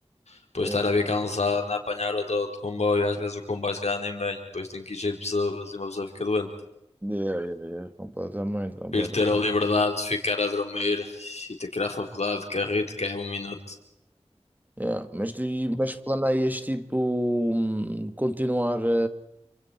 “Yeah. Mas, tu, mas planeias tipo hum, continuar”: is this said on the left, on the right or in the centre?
Right